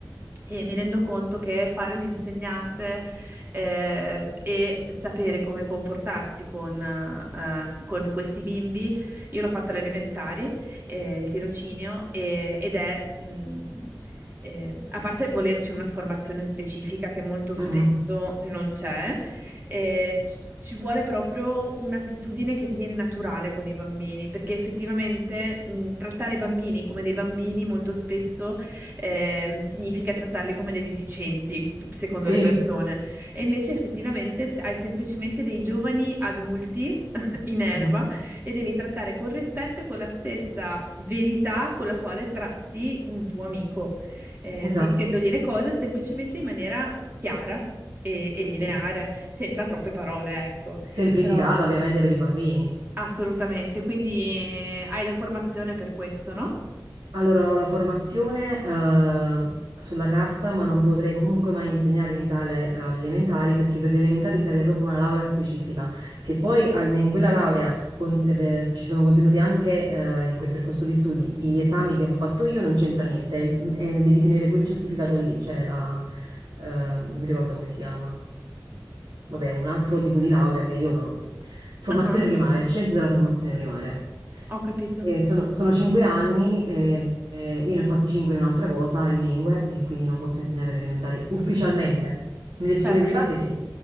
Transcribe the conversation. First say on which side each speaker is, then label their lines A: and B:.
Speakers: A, on the right; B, on the right.
A: E mi rendo conto che fare l'insegnante eh, e sapere come comportarsi con, eh, con questi bimbi, io l'ho fatto alle elementari, eh, il tirocinio, e- ed è, mh, eh, a parte volerci una formazione specifica che molto spesso
B: mhm.
A: non c'è, eh, ci ci vuole proprio un'attitudine che ti viene naturale con i bambini, perché effettivamente, mh, trattare i bambini come dei bambini molto spesso ehm, significa trattarli come dei deficienti, secondo
B: Sì,
A: le persone. E invece effettivamente se- hai semplicemente dei giovani adulti <laughs> in erba
B: mhm,
A: e devi trattare con rispetto e con la stessa verità con la quale tratti un tuo amico, eh,
B: Esatto,
A: dicendogli le cose semplicemente in maniera chiara e, e lineare,
B: sì.
A: senza troppe parole, ecco.
B: Semplificata
A: Però
B: ovviamente per i bambini.
A: assolutamente, quindi eh, hai la formazione per questo, no?
B: Allora, ho la formazione eh, sulla carta, ma non potrei comunque mai insegnare in Italia eh, alle elementari perché per le elementari serve proprio una laurea specifica, che poi al- in quella laurea con- eh, ci sono contenuti anche eh, in quel percorso di studi. Gli esami che ho fatto io non c'entra niente, è il- è- devi tenere quel certificato lì, cioè la, eh, non mi ricordo come si chiama vabbè, un altro tipo di laurea che io non ho. Formazione
A: Ah,
B: primaria, scienze della formazione primaria.
A: Ho capito,
B: E sono, sono cinque anni, e, e io ne ho fatti cinque in un'altra cosa, in lingue, e quindi non posso insegnare le elementari ufficialmente. Nelle
A: certo.
B: scuole private sì,